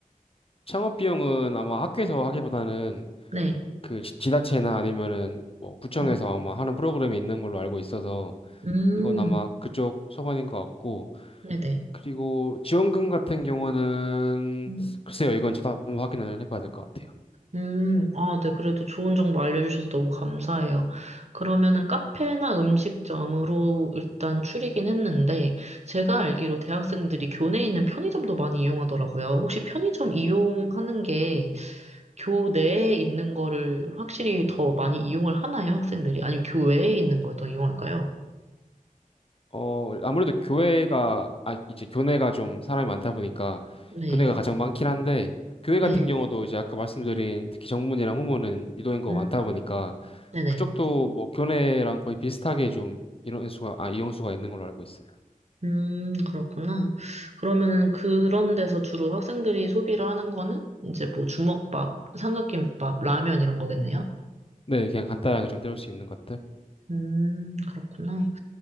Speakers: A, on the left (about 40°); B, on the right (about 50°).
A: 창업 비용은 아마 학교에서 하기보다는
B: 네.
A: 그 지- 지자체나 아니면은 뭐 구청에서
B: 음,
A: 아마 하는 프로그램이 있는 걸로 알고 있어서
B: 음,
A: 이건 아마 그쪽 소관인 것 같고
B: 네네.
A: 그리고 지원금 같은 경우는
B: 음,
A: 글쎄요 이건 저도 한번 확인을 해봐야 될 것 같아요.
B: 음, 아, 네. 그래도 좋은 정보 알려주셔서 너무 감사해요. 그러면은 카페나 음식점으로 일단 추리긴 했는데, 제가 알기로 대학생들이 교내에 있는 편의점도 많이 이용하더라고요. 혹시 편의점 이용하는 게 교내에 있는 거를 확실히 더 많이 이용을 하나요, 학생들이? 아니면 교외에 있는 걸 더 이용할까요?
A: 어, 아무래도 교회가, 아, 이제 교내가 좀 사람이 많다 보니까
B: 네,
A: 교내가 가장 많긴 한데, 교회
B: 네,
A: 같은 경우도 이제 아까 말씀드린 특히 정문이랑 후문은 이도인구가
B: 음,
A: 많다 보니까
B: 네네.
A: 그쪽도 뭐 교내랑 거의 비슷하게 좀 인원수가, 아, 이용수가 있는 걸로 알고 있어요.
B: 음, 그렇구나. 그러면은 그런 데서 주로 학생들이 소비를 하는 거는 이제 뭐 주먹밥, 삼각김밥, 라면 이런 거겠네요?
A: 네, 그냥 간단하게 좀 때울 수 있는 것들.
B: 음, 그렇구나.